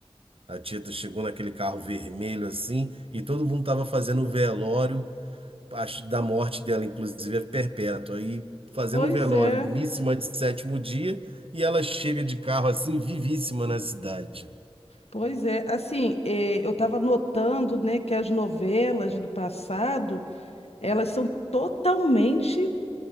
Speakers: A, on the right; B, on the left.
A: A Tieta chegou naquele carro vermelho assim, e todo mundo tava fazendo o velório acho, da morte dela, inclusive é perpétua. E fazendo
B: Pois
A: um velório,
B: é.
A: missa de sétimo dia, e ela chega de carro assim, vivíssima na cidade.
B: Pois é, assim, eh, eu estava notando, né, que as novelas do passado, elas são totalmente,